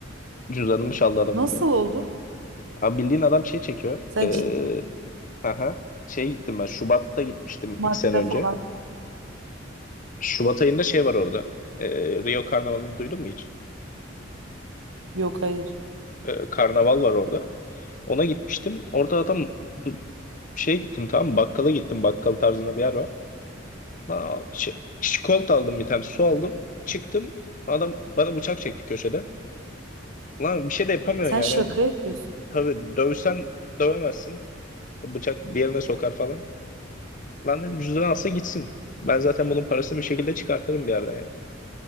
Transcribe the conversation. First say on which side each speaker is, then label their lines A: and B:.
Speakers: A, on the left; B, on the right.
A: Cüzdanımı çaldı adam
B: Nasıl
A: biri.
B: oldu?
A: Abi bildiğin adam şey çekiyor.
B: Sen
A: Ee,
B: ciddi
A: aha, şey gittim ben Şubat'ta gitmiştim
B: madde
A: iki sene önce.
B: falan.
A: Şubat ayında şey var orada. Ee, Rio Karnavalı'nı duydun mu hiç?
B: Yok hayır.
A: e, karnaval var orada. Ona gitmiştim. Orada adam bu- şeye gittim tamam mı? Bakkala gittim. Bakkal tarzında bir yer var. Lan, şey, çikolata aldım bir tane. Su aldım. Çıktım. Adam bana bıçak çekti köşede. Lan bir şey de yapamıyorsun
B: Sen
A: yani.
B: şaka
A: Yani
B: yapıyorsun.
A: tabii dövsen dövemezsin. Bıçak bir yerine sokar falan. Lan dedim cüzdanı alsa gitsin. Ben zaten bunun parasını bir şekilde çıkartırım bir yerden yani.